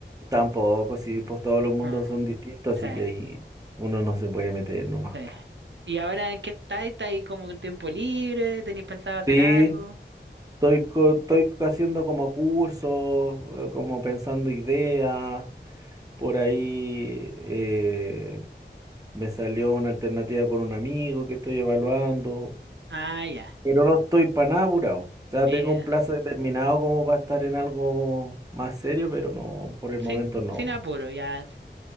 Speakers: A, on the right (about 20°); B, on the right (about 75°).
A: tampoco, si pues todos los mundos
B: Ah,
A: son distintos,
B: sí.
A: así que ahí uno no se puede meter nomás,
B: Sí.
A: po.
B: ¿Y ahora en qué estáis? ¿Estáis como con tiempo libre? ¿Tenéis pensado hacer
A: Sí,
B: algo?
A: estoy, co- estoy haciendo como cursos, eh, como pensando ideas. Por ahí eh, me salió una alternativa con un amigo que estoy evaluando,
B: Ah, ya.
A: pero no estoy para nada apurado. O sea,
B: Eh,
A: tengo un plazo determinado como para estar en algo más serio, pero no, por el
B: sin,
A: momento no.
B: sin apuro, ya, sí.